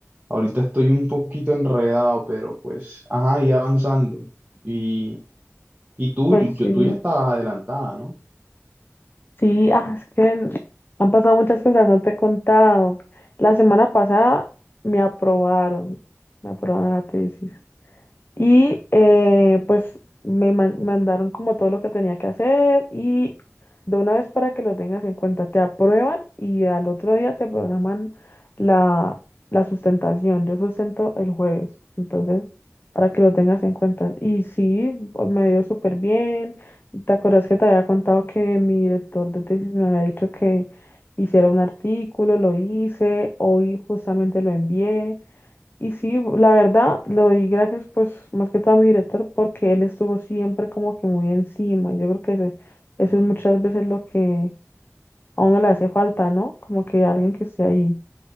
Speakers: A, on the right; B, on the left.
A: ahorita estoy un poquito enredado, pero pues, ajá, y avanzando. Y, y tú,
B: pues
A: yo,
B: sí.
A: tú ya estabas adelantada, ¿no?
B: Sí, ah, es que n- han pasado muchas cosas, no te he contado. La semana pasada me aprobaron, me aprobaron la tesis. Y eh, pues me man- mandaron como todo lo que tenía que hacer y de una vez para que lo tengas en cuenta, te aprueban y al otro día te programan la, la sustentación. Yo sustento el jueves, entonces para que lo tengas en cuenta. Y sí, o- me dio súper bien. ¿Te acuerdas que te había contado que mi director de tesis me había dicho que hiciera un artículo? Lo hice, hoy justamente lo envié. Y sí, la verdad, le doy gracias pues más que todo a mi director porque él estuvo siempre como que muy encima. Yo creo que ese- eso es muchas veces lo que a uno le hace falta, ¿no? Como que alguien que esté ahí.